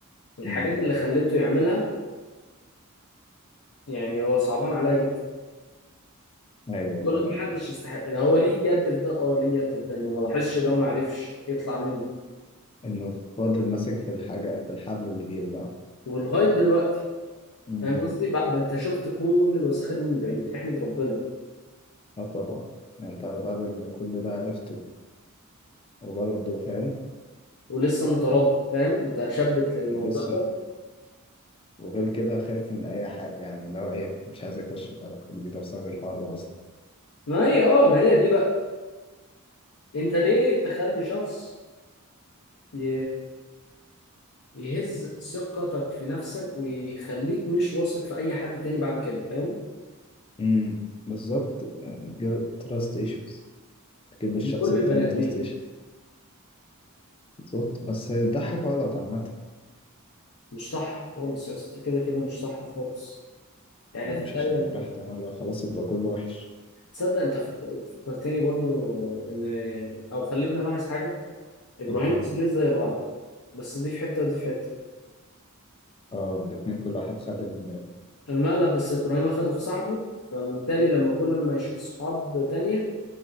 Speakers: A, on the left; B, on the left.
A: والحاجات
B: مم.
A: اللي خلته يعملها يعني هو صعبان عليا جدا
B: ايوه
A: بقول
B: تمام
A: لك محدش يستحق ده هو ليه يد في ده اه ليه يد في ده انه ما لاحظش ده وما عرفش يطلع منه
B: انه فاضل ماسك في الحاجه في الحبل اللي بيوجعه
A: ولغايه دلوقتي
B: مم.
A: فاهم قصدي بقى انت شفت كل الوساخه دي من بعيد احمد ربنا
B: اه طبعا يعني انت على بعد اللي كل ده عرفته وبرضه فاهم
A: ولسه متربط فاهم متشبت للموضوع
B: لسه
A: ده
B: وغير كده خايف من اي حاجه يعني اللي هو ايه مش عايز يخش في علاقه جديده بسبب الحوار ده اصلا
A: ما هي اه ما هي دي بقى انت ليه تخلي شخص ي... يهز ثقتك في نفسك ويخليك مش واثق في اي حد تاني بعد كده فاهم
B: امم بالظبط تراست ايشوز تجيب للشخص
A: لكل
B: التاني
A: البني ادمين
B: تراست ايشوز بالظبط بس ده حاجه غلط عامه
A: مش صح خالص يا اسطى كده كده مش صح خالص يعني
B: يعني
A: تخيل
B: مش عشان اتجرحت مره خلاص يبقى كله وحش
A: تصدق انت فك- فكرتني برضو ان يعني او خلتني الاحظ حاجه ابراهيم
B: ايوه
A: وسمير زي بعض بس دي في حته ودي في حته
B: اه الاتنين كل واحد خد ال
A: المقلب بس ابراهيم اخده في صاحبه فبالتالي لما كل ما يشوف صحاب تانية